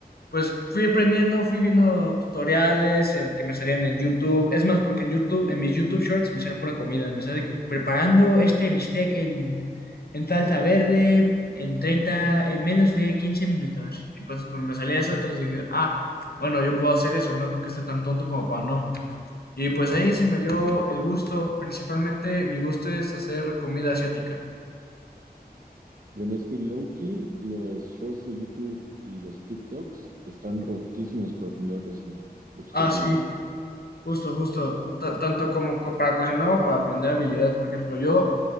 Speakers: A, on the left (about 70°); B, on the right (about 55°).
A: pues fui aprendiendo, fui viendo tutoriales en, que me salían en YouTube. Es más, porque en YouTube, en mis YouTube Shorts me sale pura comida. Me sale que preparando este bistec en, en salsa verde en 30 en menos de 15 minutos. Y pues, pues me salía eso, entonces dije, ah, bueno, yo puedo hacer eso, no creo que esté tan tonto como para no. Y pues ahí se me dio el gusto, principalmente mi gusto es hacer comida asiática.
B: Bueno, es que Loki, los shorts de YouTube y los TikToks están rotísimos para aprender a cocinar. Bajita
A: Ah,
B: la
A: sí,
B: mano.
A: justo, justo. T- tanto como co- para cocinar o para aprender habilidades. Por ejemplo, yo